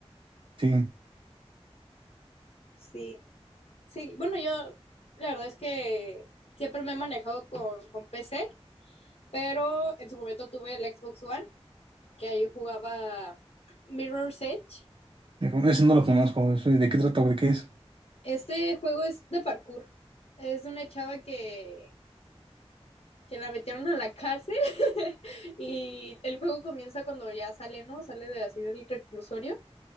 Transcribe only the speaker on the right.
sí,
mejor, ese no lo conozco. ese ¿De qué trata o de qué es?